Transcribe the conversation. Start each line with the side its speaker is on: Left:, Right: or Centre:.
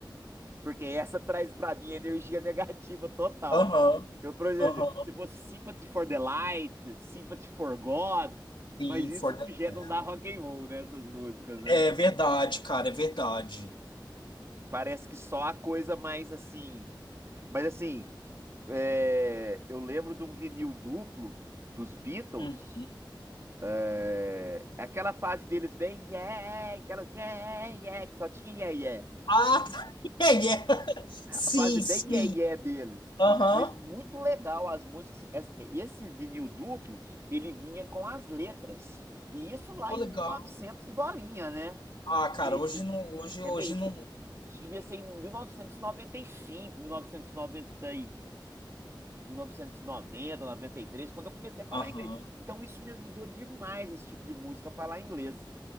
Right: porque essa traz pra mim energia <laughs> negativa total.
Left: Aham,
Right: Eu, por exemplo,
Left: aham.
Right: se fosse Sympathy for the Light, Sympathy for God,
Left: Sim,
Right: mas
Left: For
Right: isso não
Left: the
Right: gera,
Left: Bell.
Right: não dá rock and roll, né, essas músicas, né?
Left: É verdade, cara, é verdade.
Right: Parece que só a coisa mais assim, mas assim, é, eu lembro de um vinil duplo dos Beatles.
Left: Uhum.
Right: É, aquela fase deles bem yeah, aquelas yeah, yeah, que só tinha yeah, yeah.
Left: Ah, <laughs> é, é.
Right: A
Left: Sim,
Right: fase bem
Left: sim.
Right: yeah, yeah deles.
Left: Aham.
Right: Mas muito legal as músicas. Es- Esse vinil duplo, ele vinha com as letras. E isso lá
Left: Pô,
Right: em
Left: legal.
Right: 1900 e novecentos e bolinha, né?
Left: Ah, cara,
Right: E é isso,
Left: hoje não, hoje,
Right: quer
Left: hoje
Right: ver isso?
Left: não.
Right: Devia ser em 1995, 1990 e noventa e cinco, mil novecentos e noventa e 1990, 93, quando eu comecei a falar
Left: Aham.
Right: inglês. Então isso me ajudou demais, esse tipo de música, a falar inglês,